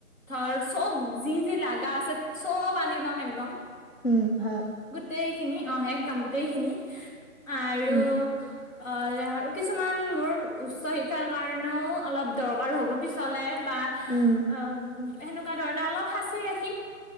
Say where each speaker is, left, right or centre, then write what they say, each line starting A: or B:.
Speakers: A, on the left; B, on the left.
A: ধৰ চব যি যি লাগা আছে চব আনি লম একদম।
B: উম হ।
A: গোটেইখিনি অ', একদম গোটেই খিনি। আৰু
B: উম
A: অ', আৰু কিছুমান মোৰ উচ্চ শিক্ষাৰ কাৰণেও অলপ দৰকাৰ হ'ব পিছলে। বা
B: উম
A: অ', উ সেনেকুৱা ধৰণে অলপ সাঁচি ৰাখিম।